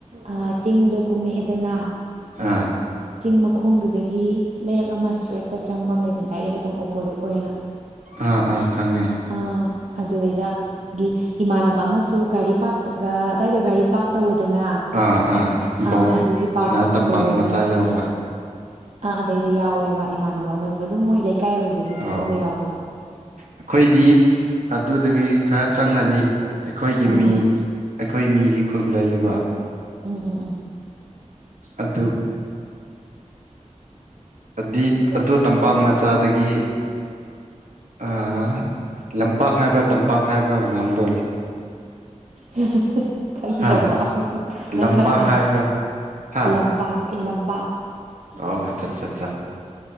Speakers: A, on the right (about 65°); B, on the right (about 85°).
A: ꯑꯥ ꯆꯤꯡꯗꯣ ꯀꯨꯝꯃꯛꯑꯦꯗꯅ
B: ꯑꯥ
A: ꯆꯤꯡ ꯃꯈꯣꯡꯗꯨꯗꯒꯤ ꯂꯩꯔꯛ ꯑꯃ ꯏꯁꯇ꯭ꯔꯦꯠꯇ ꯆꯪꯕ ꯑꯃ ꯂꯩꯕꯅꯤ ꯗꯥꯏꯔꯦꯛ ꯑꯗꯨꯝ ꯑꯣꯄꯣꯖꯤꯠ ꯑꯣꯏꯅ
B: ꯑꯥ ꯑꯥ ꯈꯪꯉꯦ
A: ꯑꯥ ꯑꯗꯨꯗꯩꯗꯒꯤ ꯏꯃꯥꯟꯅꯕ ꯑꯃꯁꯨ ꯒꯥꯔꯤ ꯄꯥ꯭ꯔꯛ ꯑꯗꯥꯏꯗ ꯒꯥꯔꯤ ꯄꯥꯔꯛ ꯇꯧꯋꯦꯗꯅ
B: ꯑꯥ ꯑꯥ ꯕꯧ
A: ꯑꯥ ꯑꯗꯨꯒꯤ ꯄꯥꯔꯛ
B: ꯁꯅꯥ ꯇꯝꯄꯥꯛ
A: ꯇꯧꯕꯗ
B: ꯃꯆꯥ ꯌꯥꯎꯕ
A: ꯑꯥ ꯑꯗꯩꯗ ꯌꯥꯎꯋꯦꯕ ꯏꯃꯥꯟꯅꯕ ꯑꯃꯖꯨ ꯑꯗꯨꯝ ꯃꯣꯏ ꯂꯩꯀꯥꯏ ꯑꯣꯏꯕꯒꯤ ꯊꯣꯛꯑꯒ
B: ꯑꯣ
A: ꯌꯥꯎꯕꯗꯣ
B: ꯑꯩꯈꯣꯏꯗꯤ ꯑꯗꯨꯗꯒꯤ ꯈꯔ ꯆꯪꯂꯅꯤ ꯑꯩꯈꯣꯏꯒꯤ
A: ꯑꯥ
B: ꯃꯤ ꯑꯩꯈꯣꯏ ꯃꯤꯒꯤ ꯈꯨꯜ ꯂꯩꯌ‌ꯦꯕꯥ
A: ꯎꯝ ꯎꯝ ꯎꯝ
B: ꯑꯗꯨ ꯑꯗꯤ ꯑꯗꯨ ꯇꯝꯄꯥꯛ ꯃꯆꯥꯗꯒꯤ ꯑꯥ ꯂꯝꯄꯥꯛ ꯍꯥꯏꯕ꯭ꯔꯥ ꯇꯝꯄꯥꯛ ꯍꯥꯏꯕ꯭ꯔꯥ ꯒ꯭ꯔꯥꯎꯟꯗꯣ
A: <unintelligible> ꯈꯪꯗ꯭ꯔꯕꯣ
B: ꯍꯥ ꯂꯝꯄꯥꯛ
A: ꯅꯪ ꯈꯪꯗ꯭ꯔꯕꯣ
B: ꯍꯥꯏꯕ꯭ꯔꯥ ꯍꯥ
A: ꯂꯝꯄꯥꯛ ꯂꯝꯄꯥꯛ
B: ꯑꯣ ꯑꯆꯥꯆꯥ